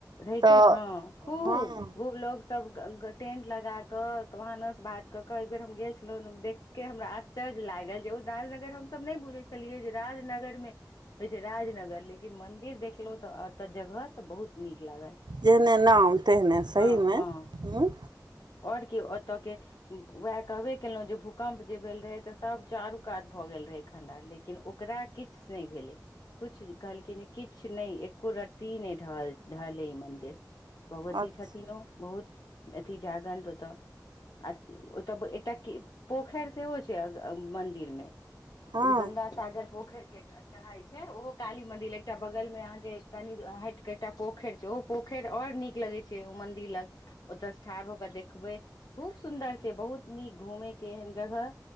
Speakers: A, on the left; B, on the right.
A: रहिते
B: तऽ
A: छौ हं खूब
B: हँ
A: खूब लोक सब टेंट लगा कऽ भानस भात कऽ कऽ एइ बेर हम गेल छलहुं देख के हमरा आश्चर्य लागल जे ओ राजनगर हमसभ नई बुझैय छेलियै जे राजनगर मे होैइ छैय राजनगर लेकिन मन्दिर देखलहुं तऽ ओतऽ जगह तऽ बहुत नीक लागल
B: जेहने नाम तेहने सही
A: हँ
B: मे
A: हँ
B: हूं
A: और की ओतऽ के वैह कहबे केलहु जे भूकम्प जे भेल रहेय तऽ सब चारू कात भए गेल रहेय खंडहर ले किन ओकरा किछ नय भेलै‌। कुछ ज कहलखिन जे किछ नय एक्को रत्ती नय ढह- ढहलै मन्दिर। भगवती
B: अच्छा
A: छथिन ओ बहुत अथी जागंत ओतऽ। आ ओतऽ एकटा- के पोखैर सेहो छै अ- मन्दिर मे।
B: हँ
A: ओ गंगा सागर पोखैरके कहाय छै ओहो काली मंदिर एकटा बगल में अहाँके कनि हइट के एकटा पोखैर छै। ओहो पोखैर और नीक लगै छै ओ मंदिर लग। ओतऽ ठाढ़ भकऽ देखबै। खूब सुन्दर छै। बहुत नीक घूमय के एहन जगह